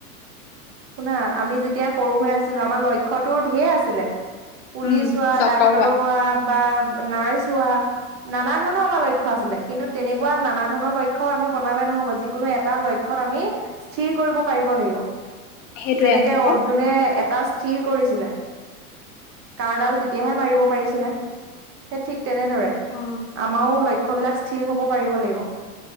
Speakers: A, on the right; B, on the left.
A: শুনা আমি যেতিয়া সৰু হৈ আছিলো আমাৰ লক্ষ্যতো ঢেৰ আছিলে পুলিচ
B: উম
A: হোৱা
B: ডক্তৰ
A: ডাক্তৰ হোৱা বা নাৰ্চ হোৱা। নানা ধৰণৰ আমাৰ লক্ষ্য আছিলে কিন্তু তেনেকুৱা নানা ধৰণৰ লক্ষ্য- লক্ষ্য আমি বনালে নহব যিকোনো এটা লক্ষ্যত আমি স্থিৰ কৰিব পাৰিব লাগিব
B: সেইটোৱে
A: যেনেকে
B: আচলতে
A: অৰ্জুনে এ স্থিৰ কৰিছিলে কাঁড়ডাল তেতিয়াহে মাৰিব পাৰিছিলে সেই ঠিক তেনেদৰে
B: অ
A: আমাৰো লক্ষ্য বিলাক স্থিৰ হব পাৰিব লাগিব।